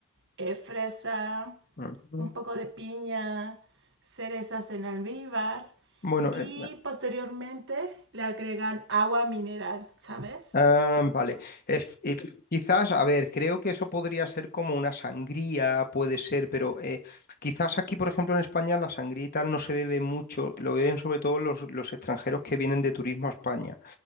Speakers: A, on the right (about 55°); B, on the left (about 40°).
A: eh, fresa,
B: Mm.
A: un poco de piña, cerezas en almíbar
B: Bueno,
A: y
B: eh,
A: posteriormente le agregan agua mineral, ¿sabes?
B: Ah, vale.
A: Entonces,
B: Ef- eh, quizás, a ver, creo que eso podría ser como una sangría, puede ser, pero eh, quizás aquí, por ejemplo, en España, la sangría y tal no se bebe mucho, lo beben sobre todo los, los extranjeros que vienen de turismo a España.